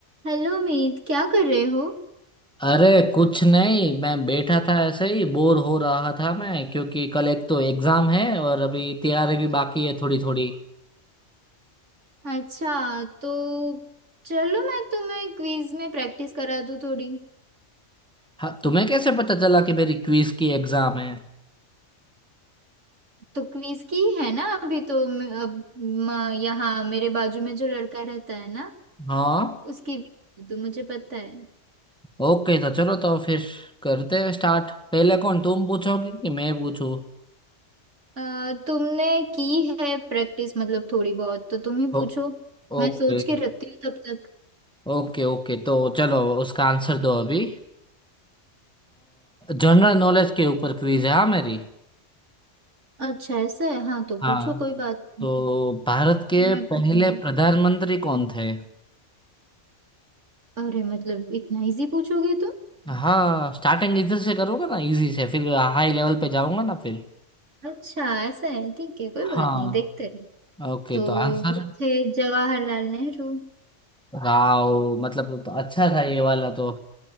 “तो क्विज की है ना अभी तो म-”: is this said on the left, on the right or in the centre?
Right